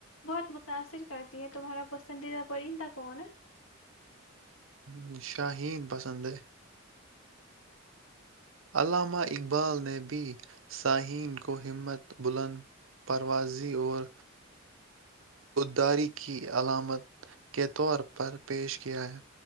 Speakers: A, on the left; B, on the right.
A: بہت متاثر کرتی ہیں تمہارا پسندیدہ پرندہ کون نا
B: ہ شاہین پسند ہے علامہ اقبال نے بھی صاہین کو ہمت بلند پروازی اور داری کی علامت کے طور پر پیش کیا ہے